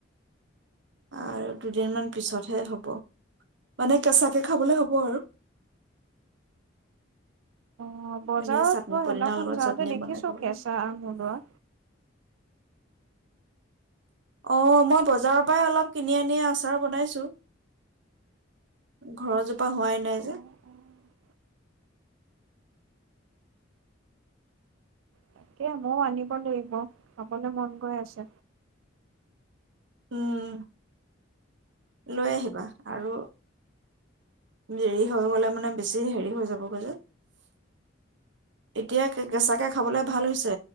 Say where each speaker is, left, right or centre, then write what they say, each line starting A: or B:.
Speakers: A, on the right; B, on the right.
A: আৰু দুদিনমান
B: উম
A: পিছতহে
B: উম।
A: হ'ব মানে কেঁচাকে খাবলে হ'ব আৰু
B: অ বজাৰত
A: মানে চাটনি
B: মই
A: পদিনাৰ
B: সেইদিনাখন
A: লগত
B: যাওঁতে
A: চাটনি
B: দেখিছো
A: বনাই খাবলৈ
B: কেঁচা আম ওলোৱা।
A: অ' মই বজাৰৰ পৰাই অলপ কিনি আনি আচাৰ বনাইছো ঘৰৰ জোপা হোৱাই নাই যে।
B: অ তাকে ময়ো আনিব লাগিব খাবলৈ মন গৈ আছে।
A: উম লৈ আহিবা আৰু দেৰি হৈ গ'লে মানে বেছি হেৰি হৈ যাবগৈ যে। এতিয়া
B: উম
A: কেঁচাকে খাবলৈ
B: তাকে
A: ভাল হৈছে